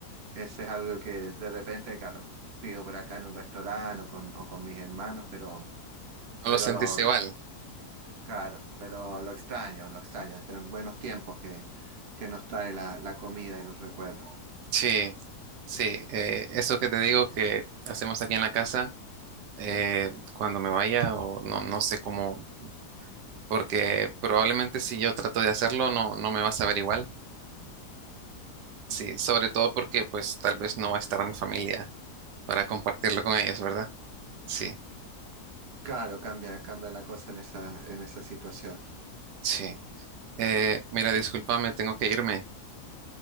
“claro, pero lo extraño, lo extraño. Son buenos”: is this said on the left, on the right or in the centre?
Right